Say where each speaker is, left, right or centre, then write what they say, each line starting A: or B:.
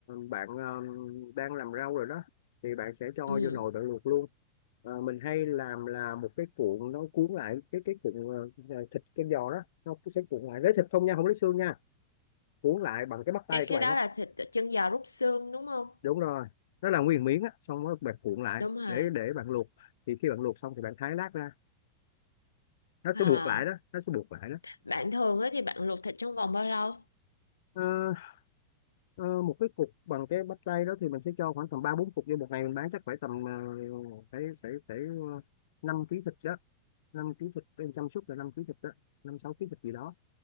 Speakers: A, on the left (about 60°); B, on the left (about 90°).
A: bạn ờ, đang làm rau rồi đó thì bạn sẽ cho
B: ừ.
A: vô nồi bạn luộc luôn Ờ, mình hay làm là một cái cuộn nó cuốn lại cái cái cuộn ờ, ờ, thịt cái giò đó nó cũng sẽ cuộn lại lấy thịt không nha không lấy xương nha cuốn lại bằng cái bắp tay
B: cái
A: của
B: cái
A: bạn
B: đó
A: á
B: là thịt chân giò rút xương đúng không
A: đúng rồi nó là nguyên miếng á xong rồi bạn cuộn lại
B: đúng rồi
A: để để bạn luộc thì khi bạn luộc xong thì bạn thái lát ra nó
B: à,
A: sẽ buộc lại đó nó sẽ buộc lại đó
B: bạn thường á thì bạn luộc thịt trong vòng bao lâu
A: Ờ, ờ, một cái cục bằng cái bắp tay đó thì mình sẽ cho khoảng tầm ba bốn cục vô một ngày mình bán chắc phải tầm uh, phải phải phải ờ, năm ký thịt đó năm ký thịt em chăm sóc là năm ký thịt đó năm sáu ký thịt gì đó